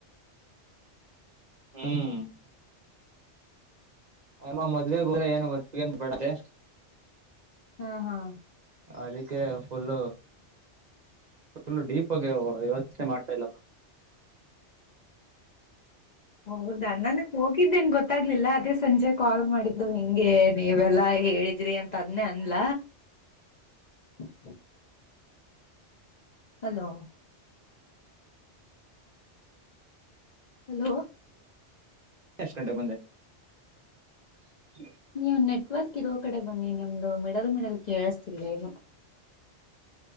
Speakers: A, on the right; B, on the left.
A: ಹ್ಮ್.. <inaudible> ಆ್ ಮದುವೆ ಗೋಲ ಏನ್ ಬರ್ ಏನ್ ಬೇ. <inaudible> ತ್ತ.. <inaudible>
B: ಹಾ ಹಾ.. <inaudible>
A: ಅದಕ್ಕೆ ಫುಲ್ಲ ಫು ಡೀಪ್ ಆಗಿ ವ್ಯವಸ್ಥೆ ಮಾಡ್ತಾ ಇಲ್ಲಪ್ಪ.. <inaudible>
B: ಹೌದಾ ನನ್ ಹೋಗಿದ್ದೇನ್ ಗೊತ್ತಾಗ್ಲಿಲ್ಲ ಅದೇ ಸಂಜೆ ಕಾಲ್ ಮಾಡಿದ್ದು ಹಿಂಗೆ ನೀವೆಲ್ಲಾ ಹೇಳಿದ್ರಿ ಅಂತ ಅದನೇ ಅನ್ಲ... <unintelligible> ಹಲೋ.. <inaudible> ಹಲೋ.. <inaudible>
A: ಎಷ್ಟು ಗಂಟೆಗೆ ಬಂದೆ.. <inaudible>
B: ನೀವು ನೆಟ್ವರ್ಕ್ ಇರೋ ಕಡೆ ಬನ್ನಿ ನಿಮ್ದು ಮೆಡಲ್ ಮೆಡಲ್ ಕೇಳಸ್ತಿಲ್ಲ ಏನು.. <unintelligible>